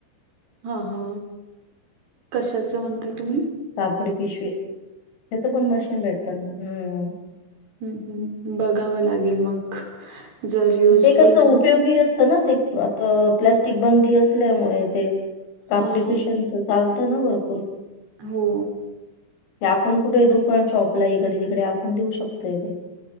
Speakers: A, on the right; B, on the left.
A: हा हा कशाच म्हणताय. तुम्ही?
B: कापडी पिशवे त्याच पण मशीन भेटत ना. हम्
A: हम् हम् बघावं लागेल. मग, जर युजफुल
B: ते कसं
A: म्हणजे
B: उपयोगी असतं ना. ते आता प्लॅस्टिक बंदी असल्यामुळे ते कापडी
A: हां,
B: पिशव्यांच चालत ना भरपूर.
A: हो.
B: ते आपण कुठे दुकान शॉपला इकडे तिकडे आपण देऊ शकतोय ते.